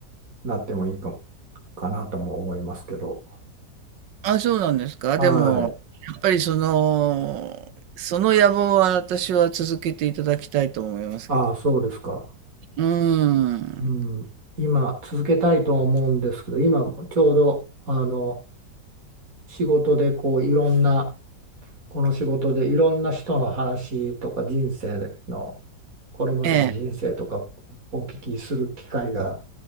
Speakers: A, on the right (about 50°); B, on the right (about 85°).
A: なってもいいかも、かなとも思いますけど。
B: あ、そうなんですか。
A: はい。
B: でも、やっぱりその、その野望は私は続けていただきたいと思いますけど。
A: ああ、そうですか。
B: うん。
A: うん。今、続けたいとは思うんですけど、今、ちょうど、あの、仕事で、こう、いろんな、この仕事で、いろんな人の話とか、人生の、これまでの人生とか、
B: ええ、
A: お聞きする機会が